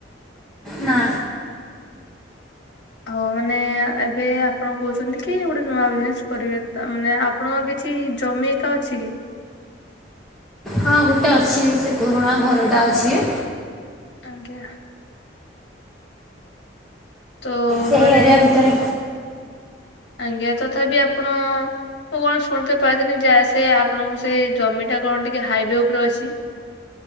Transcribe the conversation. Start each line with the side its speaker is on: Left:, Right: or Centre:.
Centre: ନା।
Left: ଆଉ ମାନେ ଏବେ ଆପଣ କହୁଛନ୍ତି କି ଗୋଟେ ନୂଆ ବିଜନେସ୍ କରିବେ ତା ମାନେ ଆପ ଆପଣଙ୍କ କିଛି ଜମିି ଏକା ଅଛି କି?
Centre: ହଁ ଗୁଟେ ଅଛି ସେ ପୁରୁଣା ଘରଟା ଅଛି।
Left: ଆଜ୍ଞା। ତ
Centre: ସେଇ
Left: ମାନେ
Centre: ଏରିଆ ଭିତରେ
Left: ଆଜ୍ଞା ତଥାପି ଆପଣ ମୁଁ କଣ ଶୁଣିଥେ ପାଇଥିନି ଯେ ସେ ଆପଣଙ୍କୁ ସେ ଜମିଟା କଣ ଟିକେ ହାଇୱେ ଉପରେ ଅଛି।